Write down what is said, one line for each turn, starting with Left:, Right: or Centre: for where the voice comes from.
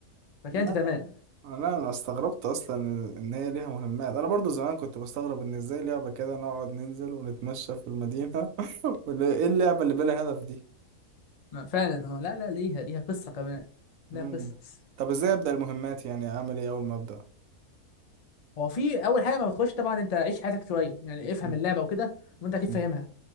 Left: فكده
Right: لا
Left: انت تمام
Right: انا أنا استغربت اصلا ان هي ليها مهمات انا برضو زمان كنت بستغرب ان ازاي لعبة كده نقعد ننزل ونتمشى في المدينة <laughs> ولا ايه اللعبة اللي بلا هدف دي
Left: ما فعلا اه لا لا ليها ليها قصة كمان ليها
Right: مم.
Left: قصص
Right: طب ازاي ابدا المهمات يعني اعمل ايه اول ما ابدا
Left: هو في أول حاجة ما بتخش طبعا أنت عيش حياتك شوية يعني افهم
Right: مم.
Left: اللعبة وكده وأنت أكيد
Right: مم.
Left: فاهمها